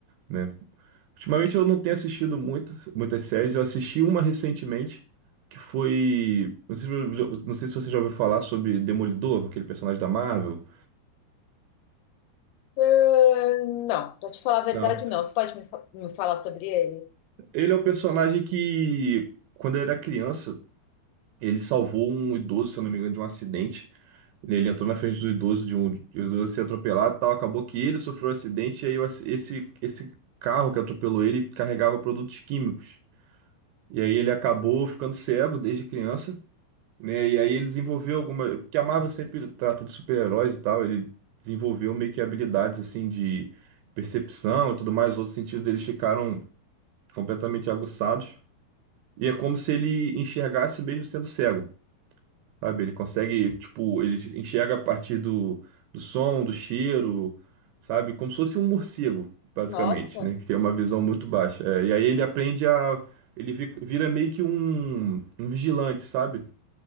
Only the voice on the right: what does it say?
né? Ultimamente eu não tenho assistido muito, muitas séries, eu assisti uma recentemente, que foi, não sei, se- não sei se você já ouviu falar sobre Demolidor, aquele personagem da Marvel.
Não.
Ele é o personagem que, quando ele era criança, ele salvou um idoso, se eu não me engano, de um acidente. Ele entrou na frente do idoso, de um, e o idoso se atropelado e tal. Acabou que ele sofreu um acidente, e aí o ac- esse, esse carro que atropelou ele carregava produtos químicos. E aí ele acabou ficando cego desde criança, né? E aí ele desenvolveu alguma. Porque a Marvel sempre trata de super-heróis e tal. Ele desenvolveu meio que habilidades assim de percepção e tudo mais. Outros sentidos deles ficaram completamente aguçados. E é como se ele enxergasse mesmo sendo cego, sabe? Ele consegue, tipo, ele enxerga a partir do, do som, do cheiro, sabe? Como se fosse um morcego, basicamente,
né? Que tem uma visão muito baixa. É, e aí ele aprende a. Ele vi- vira meio que um, um vigilante, sabe?